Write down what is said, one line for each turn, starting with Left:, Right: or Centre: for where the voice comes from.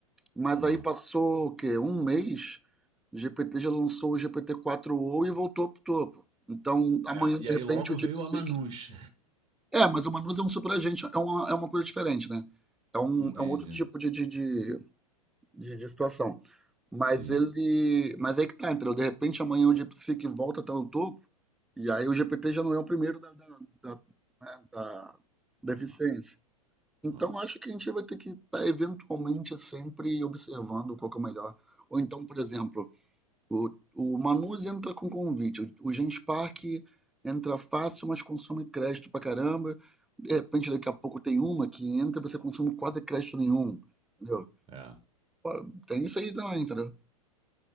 Centre: Mas
Right: Ó.
Centre: aí passou o quê? Um mês, o GPT já lançou o GPT-4o e voltou pro topo. Então, amanhã,
Right: É, e
Centre: de
Right: aí
Centre: repente,
Right: logo
Centre: o DeepSeek.
Right: veio a Manus.
Centre: É, mas o Manus é um superagente, é uma, é uma coisa diferente, né? É um,
Right: <laughs> Entendi,
Centre: é um outro tipo de, de, de, de- de situação. Mas
Right: entendi.
Centre: ele. Mas aí que tá, entendeu? De repente, amanhã o DeepSeek volta a estar no topo, e aí o GPT já não é o primeiro da, da, da, né, da deficiência.
Right: Ah,
Centre: Então,
Right: ah,
Centre: acho que a gente vai ter que estar eventualmente sempre observando qual que é o melhor. Ou então, por exemplo, o, o Manus entra com convite, o, o Gens Park entra fácil, mas consome crédito pra caramba. De repente, daqui a pouco tem uma que entra e você consome quase crédito nenhum, entendeu?
Right: é.
Centre: Pô, Tem isso aí também, entendeu?